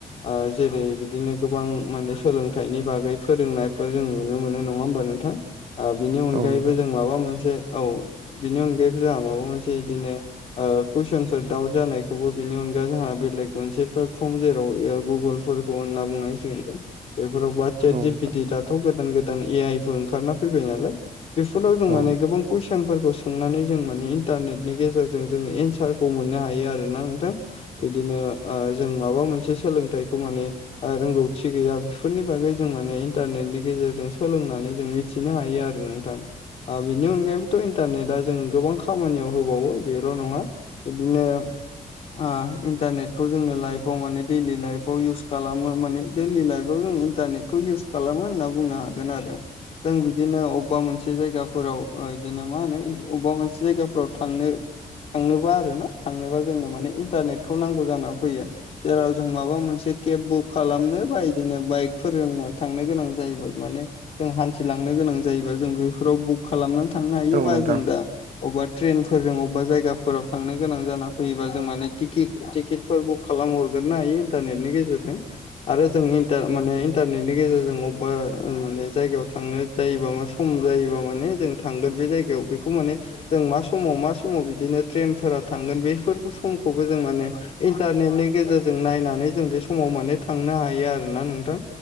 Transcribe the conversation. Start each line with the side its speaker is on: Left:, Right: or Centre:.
Left: ओ जेरै बिदिनो गोबां माने सोलोंथाइनि बागै फोरोंनायफोर जों नुनो मोनो नङा ओमबा नोंथां? बिनि अनगायैबो
Right: औ नोंथां
Left: जों माबा मोनसे औ बिनि अनगायैबो जोंहा माबा मोनसे इदिनो ओ कुइसनफोर दाउट जानायखौबो बिनि अनगा जोंहा बेलेग मोनसेफोर फ्रम जेराव ओ गुगोलफोरखौ होनना बुंनांसिगोन। जों बेफोराव वाट सेट
Right: औ
Left: जिपिटि
Right: नोंथां
Left: थ' गोदान गोदान ए आइ फोर ओंखारना फैबाय नालाय। बेफोराव जों
Right: औ
Left: माने गोबां कुइसनफोरखौ सोंनानै जों माने इन्टारनेटनि गेजेरजों जोङो एन्सारखौ मोननो हायो आरोना नोंथां। बिदिनो ओ जों माबा मोनसे सोलोंथाइखौ माने ओ रोंगौथि गैया बेफोरनि बागै जों माने इन्टारनेटनि गेजेरजों सोलोंनानै जों मिथ मिथिनो हायो आरो नोंथां। ओ बिनि अनगायैबोथ' इन्टारनेटआ जों गोबां खामानियाव होबावो बेल' नङा। इदिनो ओ इन्टारनेटखौ जोंनो लाइफआव माने दैलि लाइफआव इउस खालामो। माने दैलि लाइफआव जों इन्टारनेटखौ इउस खालामो होनना बुंनो हागोन आरो। जों बिदिनो अबेबा मोनसे जायगाफोराव ओ इदिनो मा होनो अबेबा मोनसे जायगाफोराव थांनो थांनोबा आरो ना थांनोबा जोंनो माने इन्टारनेटखौ नांगौ जाना फैयो। जेराव जों माबा मोनसे केब बुक खालामनो बा इदिनो बाइकफोरजों थांनो गोनां जायोबा माने जों हान्थिलांनो गोनां जायोबा जों बेफोराव बुक खालामनानै थांनो हायो।
Right: नोंथां औ
Left: बा
Right: नोंथां
Left: जों दा अबेबा ट्रेनफोरजों अबेबा जायगाफोराव थांनो गोनां जाना फैयोबा जों माने टिकिट टिकेटफोर बुक खालाम हरगोरनो हायो, इन्टारनेटनि गेजेरजों। आरो जों इन्टार माने इन्टारनेटनि गेजेरजों अबेबा माने जायगायाव थांनो जायोबा मा सम जायोबा माने जों थांगोन बे जायगायाव बेखौ माने जों मा समाव मा समाव बिदिनो ट्रेनफोरा थांगोन बेफोर। समखौबो जों माने इन्टारनेटनि गेजेरजों नायनानै जों बे समाव माने थांनो हायो आरोना नोंथां।